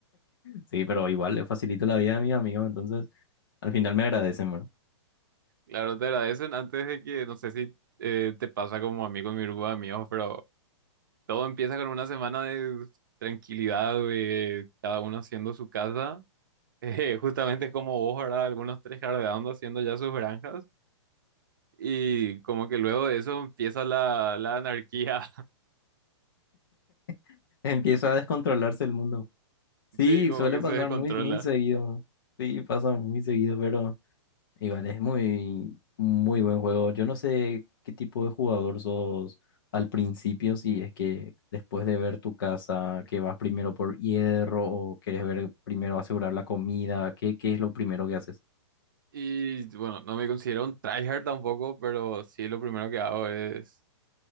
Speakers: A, on the left; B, on the right.
A: Sí, pero igual le facilito la vida a mis amigos, entonces al final me agradecen, ¿verdad?
B: Claro, te agradecen antes de que, no sé si eh, te pasa como a mí con mi grupo de amigos, pero todo empieza con una semana de tranquilidad, de cada uno haciendo su casa, <laughs> eh, justamente como vos, ¿verdad? Algunos tryhardeando haciendo ya sus granjas. Y como que luego de eso empieza la, la anarquía,
A: <laughs> Empieza a descontrolarse el mundo.
B: <laughs>
A: Sí,
B: sí, como
A: suele
B: que
A: pasar
B: se descontrola.
A: muy, muy seguido. Sí, pasa muy seguido, pero igual es muy, muy buen juego. Yo no sé qué tipo de jugador sos al principio, si es que después de ver tu casa, que vas primero por hierro o quieres ver primero asegurar la comida, ¿qué, qué es lo primero que haces?
B: Y bueno, no me considero un tryhard tampoco, pero sí lo primero que hago es,